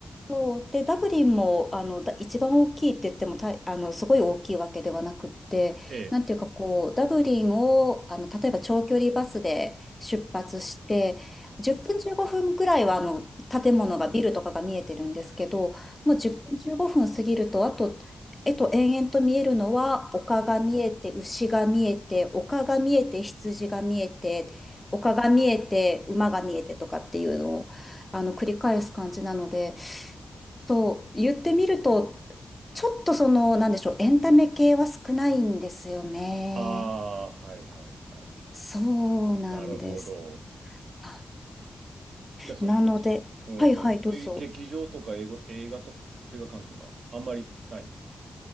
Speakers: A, on the left; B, on the right.
A: そうで、ダブリンもあのだ一番大きいって言ってもたあのすごい大きいわけではなくって、
B: えええ
A: なんていうかこう、ダブリンをあの例えば長距離バスで出発して、10分15分ぐらいはあの建物がビルとかが見えてるんですけど、もう10分15分過ぎると、あと、えっと、延々と見えるのは丘が見えて、牛が見えて、丘が見えて、羊が見えて、丘が見えて、馬が見えてとかっていうのをあの繰り返す感じなので。そう、言ってみると、ちょっとその、なんでしょう、エンタメ系は少ないんですよね。
B: はいはいはいはい。はいはいあ
A: そうなんです。
B: <laughs> なるほど。ああはいはいはいはいなるほど
A: あ
B: じゃあ、その、
A: なので、
B: <laughs>
A: はいはい、
B: うん、
A: どうぞ。
B: え、劇場とか映画映画と、映画館とか、あんまりないんですか